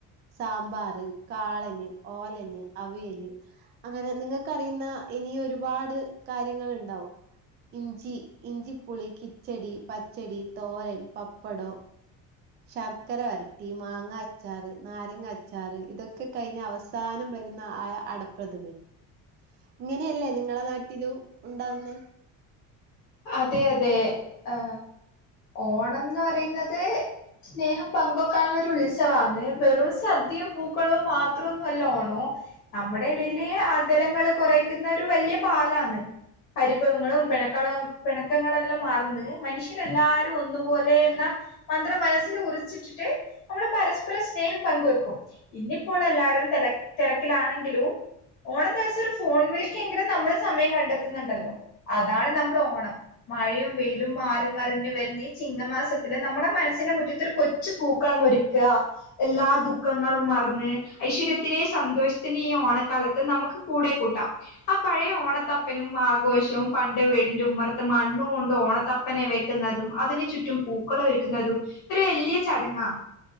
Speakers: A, on the right; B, on the left.
A: സാമ്പാറ് കാളന് ഓലന് അവിയല് അങ്ങനെ നിങ്ങക്കറിയ്ന്ന ഇനി ഒരുപാട് കാര്യങ്ങള്- ണ്ടാവും. ഇഞ്ചി ഇഞ്ചിപ്പുളി കിച്ചടി പച്ചടി തോരൻ പപ്പടം ശർക്കര വരട്ടി മാങ്ങ അച്ചാറ് നാരങ്ങ അച്ചാറ് ഇതൊക്കെ കഴിഞ്ഞ് അവസാനം വരുന്ന ആയ അടപ്രഥമൻ ഇങ്ങനെയല്ലേ നിങ്ങളെ നാട്ടിലും ഉണ്ടാവുന്നെ?
B: അതെ അതെ ഏ ഓണംന്ന് പറയ്ന്നത് സ്നേഹം പങ്കുവക്കാനുള്ളൊരു ഉത്സവാന്ന് വെറും സദ്യ പൂക്കളും മാത്രമല്ല ഓണം നമ്മടെ ഇടയിലെ അകലങ്ങള് കുറയ്ക്കുന്നൊരു വല്യ പാലാന്ന് പരിഭവങ്ങളും പെണക്കള പിണക്കങ്ങളെല്ലം മറന്ന് മനുഷ്യരെല്ലാരും ഒന്നു പോലെ എന്ന മന്ത്രം മനസ്സിൽ ഉറച്ചിട്ടിട്ട് നമ്മൾ പരസ്പര സ്നേഹം പങ്കുവെക്കും ഇന്നിപ്പോൾ എല്ലാരും തെല തെരക്കിലാണെങ്കിലു ഓണ ദെവസം ഒരു ഫോൺ വിളിക്കെങ്കിലും നമ്മൾ സമയം കണ്ടെത്ത്ന്ന്ണ്ടല്ലോ അതാണ് നമ്മ്ടെ ഓണം മഴയും വെയിലും മാറി മറിഞ്ഞു വരുന്ന ഈ ചിങ്ങമാസത്തില് നമ്മുടെ മനസ്സിന്റെ മുറ്റത്ത് ഒരു കൊച്ചു പൂ ക്കളമൊരുക്ക എല്ലാ ദുഃഖങ്ങളും മറന്ന് ഐശ്വര്യത്തിന്റെയും സന്തോഷത്തിന്റെയും ഈ ഓണക്ക നമുക്ക് കൂടെ കൂട്ടാം ആ പഴയ ഓണത്തപ്പനും ആഘോഷവും പണ്ട് വീടിന്റെ ഉമ്മറ മണ്ണോണ്ട് ഓണത്തപ്പനെ വെക്ക്ന്നതും അതിനു ചുറ്റും പൂക്കളം ഒരുക്കുന്നതും ഒരു വല്ല്യ ചട ആ